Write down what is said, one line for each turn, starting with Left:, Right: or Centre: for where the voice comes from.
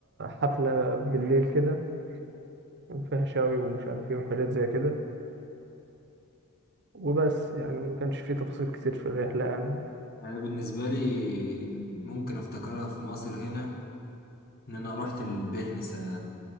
Right: حفلة بالليل كده كان فيها شاوي ومش عارف ايه وحاجات زي كده وبس يعني ما كانش فيه تفاصيل كتير في الرحلة يعني
Left: انا بالنسبة لي ممكن افتكرها في مصر هنا ان انا رحت البهنسة